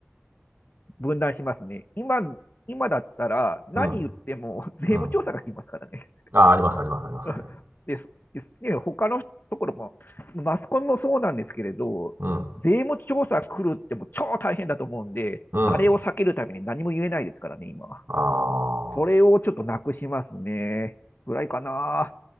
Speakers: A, on the left; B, on the right.
A: 分断しますね。今、今だったら何言っても税務調査が来ますからね。
B: ー、うん、うん。あー、あります、あります、あります。はい
A: <laughs> です。ですね、他のところも、マスコミもそうなんですけれど、
B: うん、
A: 税務調査来るってもう超大変だと思うんで、
B: うん。
A: あれを避けるために何も言えないですからね、今。
B: ああ。
A: それをちょっとなくしますね。ぐらいかな。